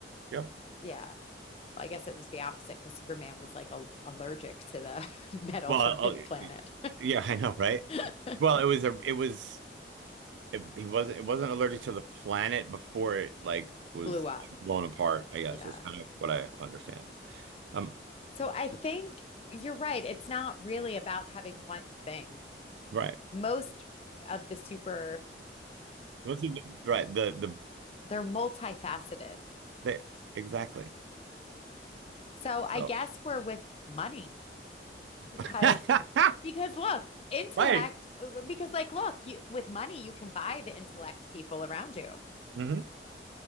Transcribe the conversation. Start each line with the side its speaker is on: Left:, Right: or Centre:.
Right: Yep.
Left: Yeah. Well, I guess it was the opposite cuz Superman was like a, allergic to the <laughs> metal
Right: Well,
Left: from
Right: I'll-
Left: his planet.
Right: yeah, I know, right?
Left: <laughs>
Right: Well, it was a, it was, it, he wasn't, it wasn't allergic to the planet before it like was
Left: Blew up.
Right: blown apart. I guess
Left: Yeah.
Right: that's kind of what I understand. Um,
Left: So I think you're right. It's not really about having one thing.
Right: right,
Left: most of the superheroes,
Right: Those the- right, the the,
Left: they're multifaceted.
Right: the exactly.
Left: So I
Right: So,
Left: guess we're with money because
Right: <laughs>
Left: because look, intellect
Right: right.
Left: because like look, you with money you can buy the intellect people around you.
Right: hmm